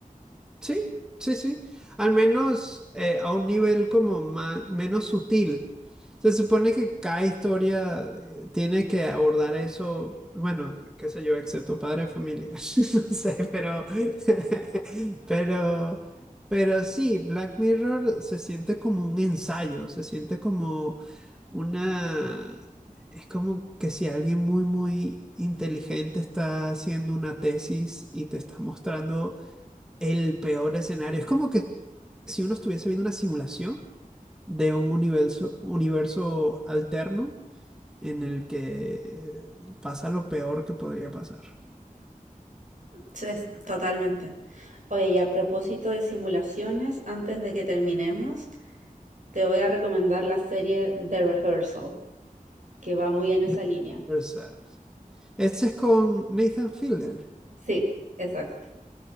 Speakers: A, in the centre; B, on the right (about 60°).
A: Sí, sí, sí. Al menos eh, a un nivel como más, menos sutil. Se supone que cada historia eh, tiene que abordar eso, bueno, qué sé yo, excepto padre de familia. <laughs> No sé, pero, <laughs> pero, pero sí, Black Mirror se siente como un ensayo, se siente como una, es como que si alguien muy, muy inteligente está haciendo una tesis y te está mostrando el peor escenario. Es como que si uno estuviese viendo una simulación de un universo, universo alterno en el que pasa lo peor que podría pasar.
B: Sí, es- totalmente. Oye, y a propósito de simulaciones, antes de que terminemos, te voy a recomendar la serie The Rehearsal, que va muy en esa
A: The
B: línea.
A: Other Side. Ese es con Nathan Fielder.
B: Sí, exacto.